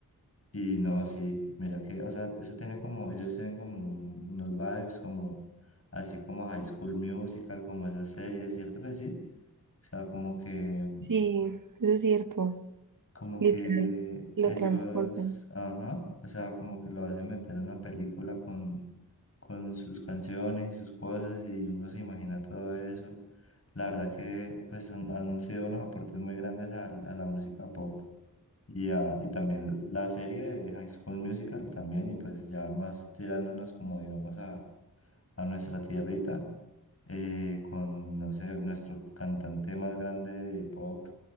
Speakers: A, on the left (about 40°); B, on the right (about 65°).
A: Y no, sí, mira que, o sea, eso tiene como, ellos tienen como un- unos vibes como, así como High School Musical, como esas series, ¿cierto que sí? O sea, como que,
B: Sí, eso es cierto,
A: como
B: literal,
A: que
B: lo
A: ellos,
B: transportan.
A: ajá, o sea, como que lo hacen meter en una película con, con sus canciones y sus cosas y uno se imagina todo eso. La verdad que, pues, son- han sido unos aportes muy grandes al- a la música pop. Y, ah, y también la serie de High School Musical también, y pues ya más tirándonos como digamos a, a nuestra tierrita, eh, con, no sé, nuestro cantante más grande de pop,